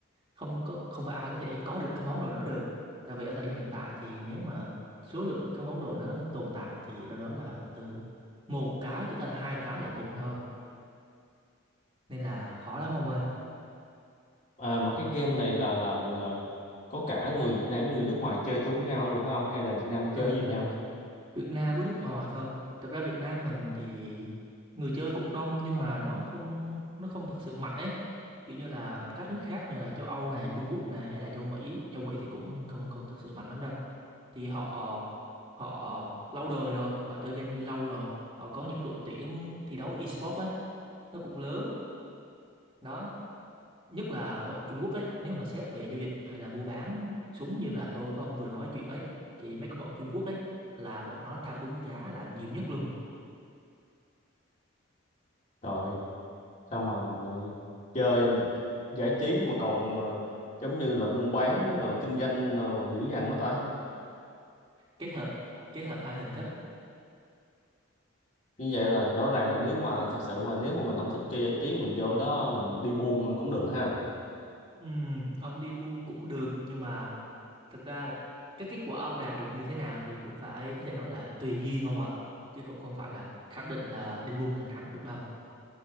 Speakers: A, on the right (about 25°); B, on the left (about 35°).
A: không có không phải ai có thể có được cái món đồ đó được tại vì ở thời điểm hiện tại thì nếu mà số lượng cái món đồ nó tồn tại thì đâu đó là từ một cái cho tới là hai cái là cùng thôi nên là khó lắm ông
B: À, mà cái game này là làm ờ, có cả người Việt Nam với người nước ngoài chơi chung với nhau luôn hả ông hay là Việt Nam
A: ơi
B: chơi với Việt Nam thôi?
A: Việt Nam với nước ngoài thôi. Thực ra Việt Nam mình thì người chơi cũng đông nhưng mà nó không nó không thực sự mạnh ấy. Kiểu như là các nước khác như là châu Âu này, Trung Quốc này hay là châu Mỹ, châu Mỹ thì cũng không không thực sự mạnh lắm đâu. Thì họ họ lâu đời rồi, họ chơi game đi lâu rồi. Họ có những đội tuyển thi đấu esports á, nó cũng lớn. Đó, nhất là bọn Trung Quốc ấy, nếu mà xét về giao dịch hay là mua bán súng như là tôi với ông vừa nói chuyện ấy thì mấy cái bọn Trung Quốc ấy là bọn nó thao túng giá là nhiều nhất luôn
B: Trời, sao mà lại chơi mà giải trí mà còn ờ, giống như là buôn bán ờ, kinh doanh ờ, dữ dằn quá ta.
A: kết hợp kết hợp hai hình thức
B: như vậy là rõ ràng là nếu mà thật sự mà nếu mà mình không thích chơi giải trí mình vô đó mình đi buôn cũng được ha
A: Ừm, ông đi buôn cũng được nhưng mà thực ra là cái kết quả ông đạt được như thế nào thì cũng phải có thể nói là tùy duyên ông ạ chứ cũng không phải là khẳng định là đi buôn là thắng được đâu